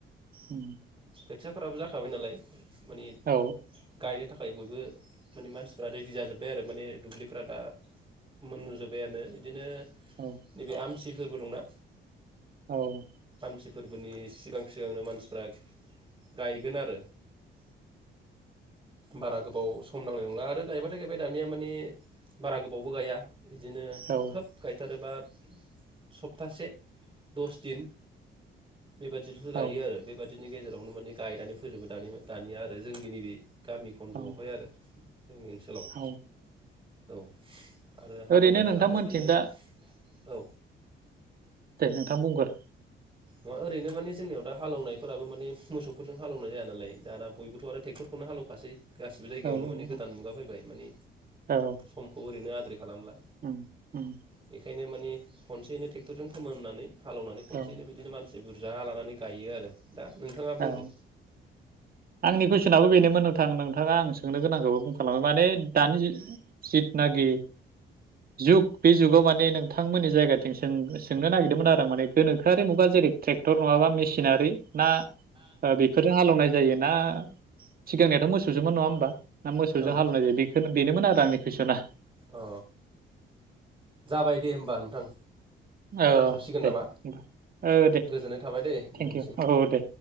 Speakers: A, on the right (about 50°); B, on the right (about 20°).
A: उ
B: खोथियाफ्राबो जाखाबाय नालाय माने
A: औ
B: गायनो थाखाय थाखाय बयबो माने मानसिफ्रा रेडि जाजोब्बाय आरो माने दुब्लिफ्रा दा मोन नुजोबबाय बिदिनो
A: औ
B: दिनि आमथि फोरबो दंना
A: औ
B: मानसि फोरबोनि सिगां सिगांनो मानसिफ्रा गायगोन आरो बारा गोबाव सम नांनाय नंला आरो गायबाथाय गायबाय दानिया माने बारा गोबावबो गाया बिदिनो
A: औ
B: खोब गायथारोबा सप्तासेसे दस दिन बेबायदिल'सो गायो
A: औ
B: आरो बेबायदि गेजेरावनो माने गायनानै फोजोबो द दानिया आरो जोंनि नैबे गामि खन्द'आवहाय
A: औ
B: आरो जोंनि ओनसोलाव
A: औ
B: औ आरो हालेवनायफोराथ'
A: ओरैनो नोंथांमोनथिं
B: जोङो
A: दा
B: औ
A: दे नोंथां बुंगोर
B: ना ओरैनो माने जोंनियाव दा हालौनायफोराबो माने मोसौफोरजों हालेवनाय जाया नालाय दाना बयबोथ' आरो ट्रेक्टरखौनो हालौखासै गासिबो जायगायावनो
A: औ
B: माने गोदान
A: औ
B: मुगा फैबाय माने
A: औ
B: समखौ ओरैनो आद्रि खालामला
A: उम उम
B: बेख ओंखायनो माने खनसेै ट्रेक्टरजों फोमोन होनानै हालौनानै खनसेनो
A: औ
B: बिदि मानसि बुरजा लानानै नोंथाङा बुंदो
A: औ आंनिखौस जोंनाबो बेनोमोन नोंथां नोंथाङा आं सोंनो गोनांखौबो बुं खालांबाय माने दानि जुग जिद नागे जुग बे जुगाव माने नोंथांमोननि जायगाथिं सों सोंनो नागिरदोंमोन आरो आं माने गोनोखोआि मुगा जेरै ट्रेक्ट नङाबा मेचिन सिनारि ना बेफोरजों हालेवनाय जायो ना सिगांनियाथ' मोसौसोमोन नङा होमबा ना मोसौजों
B: औ
A: हालौनाय बेखौनो बेनोमोन आरो आंनि कुइस'ना
B: अ जाबाय दे होमबा नोंथां
A: औ
B: जाथ'सिगोन
A: दे
B: नामा
A: होनोमबा औ दे
B: गोजोननाय थाबाय दे नोंथांनिसिम
A: थेंकिउ औ दे